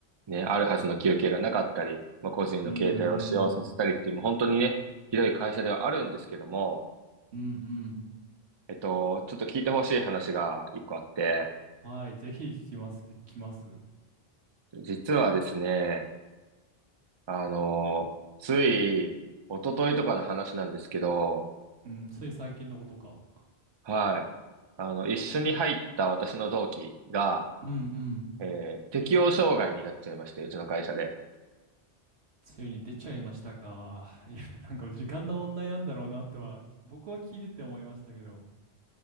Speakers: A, on the right; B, on the right.
A: ね、あるはずの休憩がなかったり、まあ、個人の携帯を使用させたりっていう、
B: うん。うんうん。
A: もう本当にね、ひどい会社ではあるんですけども、
B: うんうん。
A: えっと、ちょっと聞いてほしい話が一個あって、
B: はい、ぜひ聞きます、聞きます。
A: 実はですね、あのーつい、一昨日とかの話なんですけど、
B: うん、つい最近のことか。
A: はい。あの、一緒に入った私の同期が、
B: うんうん。
A: えー適応障害になっちゃいまして、うちの会社で。
B: ついに出ちゃいましたか。いや、なんか時間の問題なんだろうなとは、僕は聞いてて思いましたけど、